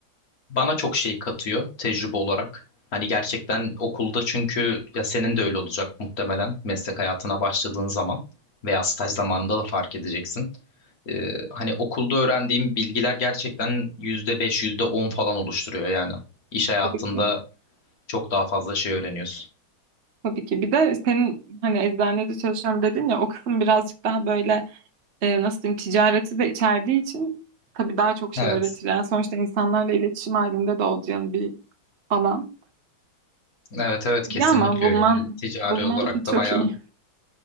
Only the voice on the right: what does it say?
Tabii ki.
Tabii ki. Bir de senin hani eczanede çalışıyorum dedin ya o kısım birazcık daha böyle e, nasıl diyeyim ticareti de içerdiği için tabii daha çok şey
öğretir. Yani sonuçta insanlarla iletişim halinde de olacağın bir alan.
Ya
ama bulman
bulman
çok
iyi.